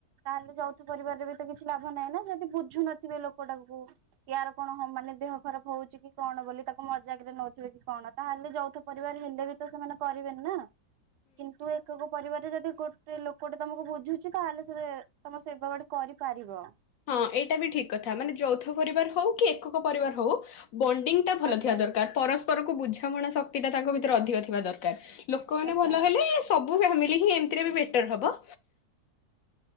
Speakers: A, on the right (about 80°); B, on the left (about 65°).
A: ତାହେଲେ ଯଉଥ ପରିବାରରେ ବି ତ କିଛି ଲାଭ ନାହିଁ ନା ଯଦି ବୁଝୁ ନଥିବେ ଲୋକଟାକୁ। ଇୟାର କଣ ହଁ ମାନେ ଦେହ ଖରାପ ହଉଛି କି କଣ ବୋଲି ତାକୁ ମଜାକରେ ନଉଥିବେ କି କଣ ତାହେଲେ, ଯଉଥ ପରିବାର ହେଲେ ବି ତ ସେମାନେ କରିବେନି ନା କିନ୍ତୁ ଏକକ ପରିବାରରେ ଯଦି ଗୋ ଟେ ଲୋକଟେ ତମକୁ ବୁଝୁଛି ତାହେଲେ ସେ ତମ ସେବା ବାଡ଼ି କରିପାରିବ।
B: ହଁ ଏଇଟା ବି ଠିକ କଥା ମାନେ ଯୌଥ ପରିବାର ହଉ କି ଏକକ ପରିବାର ହଉ ବଣ୍ଡିଙ୍ଗ ଟା ଭଲ
A: ଆଜ୍ଞା
B: ଥିବା ଦର କାର ପରସ୍ପର କୁ ବୁଝାମଣା ଶକ୍ତି ଟା ତାଙ୍କ ଭିତରେ ଅଧିକ ଥିବା ଦରକାର ଲୋକମାନେ
A: ଆଜ୍ଞା
B: ଭଲ ହେଲେ ସବୁ ଫ୍ୟାମିଲି ହିଁ ଏମତିରେ ବି ବେଟର ହବ।